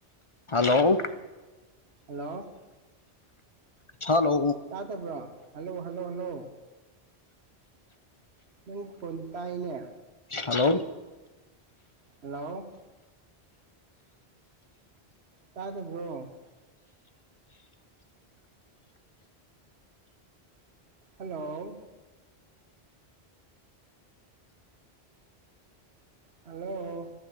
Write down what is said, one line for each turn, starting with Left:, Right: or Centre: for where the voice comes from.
Left: ꯍꯜꯂꯣ
Right: ꯍꯜꯂꯣ
Left: ꯍꯜꯂꯣ
Right: ꯇꯥ ꯇꯕ꯭ꯔꯣ ꯍꯜꯂꯣ ꯍꯜꯂꯣ ꯍꯜꯂꯣ ꯅꯪ ꯈꯨꯟ ꯇꯥꯏꯅꯦ
Left: ꯍꯜꯂꯣ
Right: ꯍꯜꯂꯣ ꯇꯥꯗ ꯄꯣ ꯍꯜꯂꯣ ꯍꯜꯂꯣ